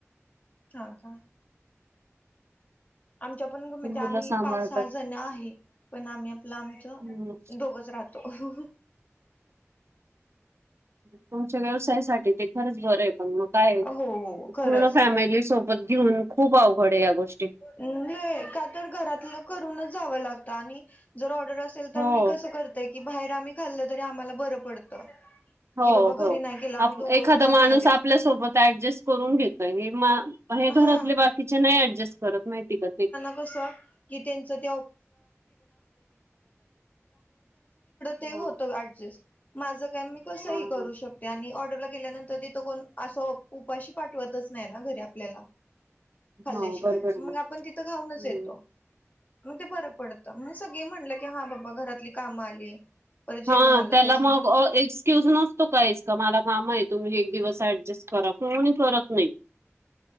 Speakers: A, on the left (about 35°); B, on the right (about 60°).
A: ह का आमच्या पण म्हणजे
B: ते मुलं
A: आम्ही
B: सांभाळतात.
A: पाच सहा जण आहे पण आम्ही आपलं आमचं
B: हम्म.
A: दोघच राहतो हो
B: तुमच्या व्यवसायासाठी ते खरंच बरं आहे पण मग काय
A: हो हो खरंच
B: पूर्ण फॅमिली सोबत घेऊन खूप अवघड आहे या गोष्टी
A: नाही का तर घरातलं करूनच जाव लागत आणि जर ऑर्डर अस असेल तर
B: हो
A: मी कसं करतय की बाहेर आम्ही खाल्ल तरी आम्हाला बरं पडतं
B: हो
A: की बाबा
B: हो
A: घरी नाही केलं आम्ही
B: आप
A: दोघं
B: एखादा
A: सुद्धा
B: माणूस
A: बाहेर आहे
B: आपल्यासोबत ऍडजस्ट करून घेतोय हे घरातले
A: हा
B: बाकीचे नाही ऍडजस्ट करत माहिती का
A: त्यां ज तथ
B: हा
A: त होत ड माझ का मी कसं
B: हा
A: करू
B: हा.
A: शकते आणि ऑर्डरला गेल्यानंतर कोण असं उपाशी पाठवतच नाही ना घरी आपल्याला खल्ल्याशिवाय
B: हो बरोबर
A: मग
B: आहे.
A: आपण तिथं खाऊनच
B: हम्म.
A: येतो मग ते बरं पडतं म्हण सगळे म्हटलं की हा बाबा घरातली कामं आली परत जेवण
B: हा
A: आलं
B: त्याला
A: त्यासनी
B: मग एक ्युज नसतो काहीच का मला काम आहे तुम्ही एक दिवस ऍडजस्ट करा कोणी करत नाही